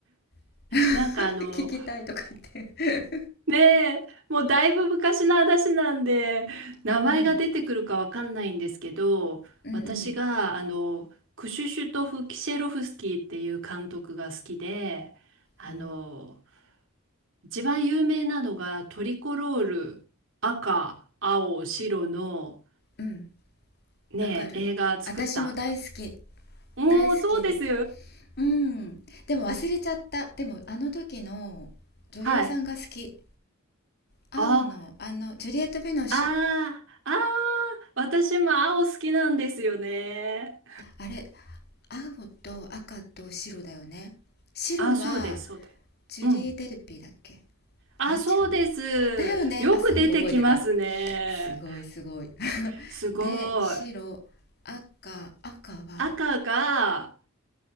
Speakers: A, on the left (about 50°); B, on the right (about 60°).
A: <laughs>。
B: なんかあの、
A: 聞きたいとか言って
B: ねえ、もうだいぶ昔の話なんで、名前が出てくるかわかんないんですけど、
A: <laughs> うん、うんうん
B: 私があの、クシュシュトフ・キシェロフスキーっていう監督が好きで、あの、
A: うん
B: 一番有名なのがトリコロール、赤、青、白の
A: うん
B: ねえ、
A: わかる私も大好き
B: 映画作った。おー、
A: 大好き
B: そうです。
A: うんでも忘れちゃったでもあの時の女優さんが好き
B: はい。
A: 青のあのジュリエット・
B: あ、
A: ヴィノッシュ
B: ああ、ああ、私も青好きなんですよね。
A: あれ青と赤と白だよね白は
B: ああ、そうです、そうです。
A: ジュリー・
B: うん。
A: デルピーだっけ
B: あそうです。
A: あれ違うだよねあすごい覚えてた
B: よく出てきますね。
A: すごいすごい <laughs>
B: すごい。
A: で白赤赤は
B: 赤が、